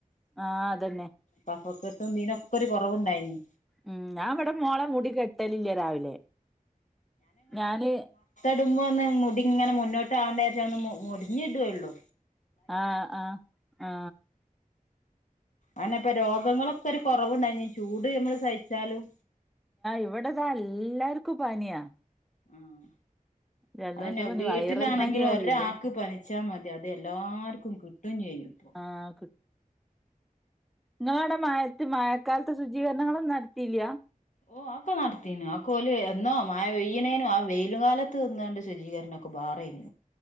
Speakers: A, in the centre; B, on the left.
A: ആഹ് അതന്നെ
B: കഫക്കെ തിനൊക്കൊര് കൊറവ്ണ്ടയ്നി
A: ഉം ഞാൻവടെ മോളെ മുടി കെട്ടലില്ല രാവിലെ ഞാന്
B: ട്ടുമ്പോന്ന് മുടി ഇങ്ങനെ മുന്നോട്ട് ആണ്ടേര്ച്ചാന്ന് മൊ മൊട്ഞ്ഞിടേള്ളൂ
A: ആ ആ ആ
B: അന്നെ പ്പ രോഗങ്ങളൊക്കാെര് കൊറവ്ണ്ടായ്നി ചൂട് ഞമ്മള് സഹിച്ചാലും
A: ഇവിടതാ എല്ലാർക്കും പനിയാ
B: ആഹ
A: ജലദോഷം
B: അതന്നെ
A: പനി
B: വീട്ടിലാണെങ്കിൽ
A: വൈറൽ പനി
B: ഒരാരാക്ക്
A: അറിയിണ്ട്
B: പനിച്ചാ മതി അത് എല്ലാർക്കും കിട്ടും ചെയ്യുംപ്പൊ
A: ആഹ് നിങ്ങൾ അവിടെ മഴത്ത് മഴക്കാലത്ത് ശുചീകരണങ്ങളും നടത്തില്ല
B: ഓ ആക്ക നടത്തിീനു ആക്കല് എന്നോ ആ ഈനേനും ആ വെയിലും കാലത്ത് നിന്നാണ്ട് ശുചീകരണൊക്കെ ബാറെന